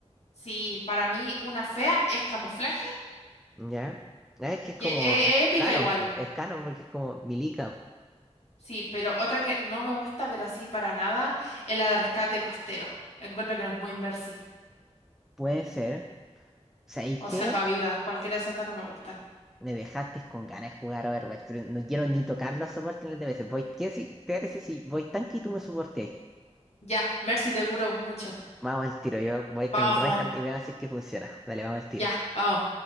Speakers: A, on the left (about 65°); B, in the centre.
A: Sí, para mí una fea es camuflaje,
B: ¿Ya? Ah, Es que es
A: que
B: como
A: es épica
B: canon,
A: igual.
B: po. Es canon porque es como Milica.
A: Sí, pero otra que no me gusta ver así para nada es la de rescate costero. Encuentro que no es muy Mercy.
B: Puede ser. ¿Sabéis
A: O
B: qué?
A: salvavidas, cualquiera de esas dos no me gustan.
B: Me dejaste con ganas de jugar Overwatch, pero no quiero ni tocarlo a soporte de veces. Voy, ¿qué si te parece si voy tanque y tú me soporteáis?
A: Ya, Mercy te curo mucho.
B: Vamos al tiro, yo voy con
A: Vamos
B: el
A: a
B: Reinhardt
A: jugar.
B: y veamos si es que funciona. Dale, vamos al tiro.
A: Ya, vamos.